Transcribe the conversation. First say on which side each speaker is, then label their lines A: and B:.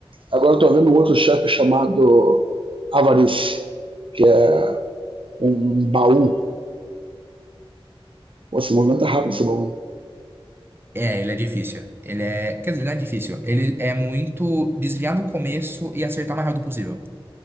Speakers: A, on the right (about 60°); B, on the right (about 25°).
A: agora eu tô vendo outro chefe chamado Avarice, que é um um baú. Pô, se movimenta rápido esse baú
B: É, ele é difícil. Ele é. Quer dizer, não é difícil. Ele é muito desviar no começo e acertar o mais rápido possível.